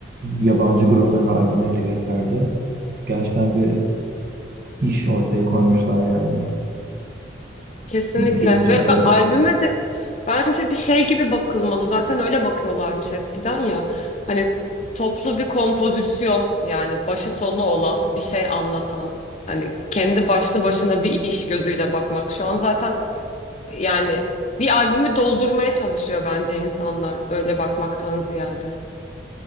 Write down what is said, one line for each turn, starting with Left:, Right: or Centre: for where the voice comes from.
Right: yabancı grupların albümlerini de gösterdi. Gerçekten bir iş ortaya koymuşlar yani.
Left: Kesinlikle
Right: Bunları görünce
Left: ve
Right: öyle
Left: ben, albüme
Right: diyorsun.
Left: de bence bir şey gibi bakılmalı zaten öyle bakıyorlarmış eskiden ya hani toplu bir kompozisyon yani başı sonu olan bir şey anlatan hani kendi başlı başına bir iş gözüyle bakmak şu an zaten Yani bir albümü doldurmaya çalışıyor bence insanlar öyle bakmaktan ziyade.